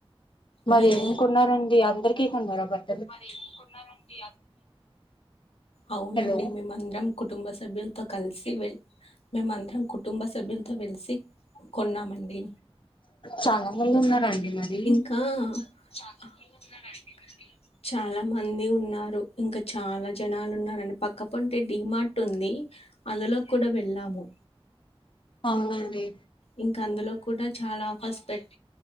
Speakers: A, on the left; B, on the left.
A: మరి
B: మీరు
A: ఎం కొన్నారండి అందరికీ కొన్నారా బట్
B: మరి ఎందుకున్నారండి అవునండి
A: హలో
B: మేమందరం కు తుం సభ్యులతో కలిసి వెళ్లి మేమ అందరం కుటుంబ సభ్యులతో వెలిసి కొన్నామండి
A: చాలా మంది ఉన్నారండి మరి
B: ఇంకా చా తిన్నారండి ఇపుడు చాలా మంది ఉన్నారు. ఇంకా చాలా జనాలు ఉన్నారండి పక్కపంటే డిమార్ట్ ఉంది. అందులో కూడా వెళ్ళాము.
A: అవునండి
B: ఇంకా అందులో కూడా చాలా ఆఫర్స్ పెట్